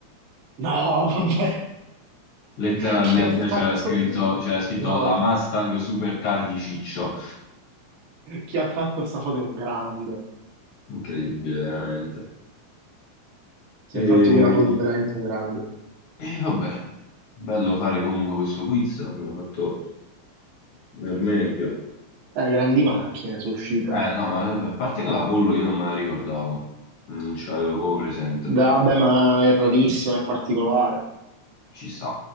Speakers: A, on the right; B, on the left.
A: No, vabbè,
B: letteralmente
A: <laughs> chi ha fatto...
B: c'era scritto, c'era scritto
A: No,
B: la
A: chi,
B: Mustang Supercar di Ciccio,
A: <laughs> chi ha fatto questa foto è un grande.
B: incredibile veramente.
A: Chi
B: E...
A: ha fatto quella foto è veramente un grande.
B: E vabbè, bello fare comunque questo quiz, abbiamo fatto del meglio.
A: Eh, grandi macchine sono uscite.
B: Eh no, ma a parte che la pollo io non me la ricordavo, non ce l'avevo proprio presente.
A: Da- Vabbè, ma è rarissimo, è particolare.
B: Ci sta.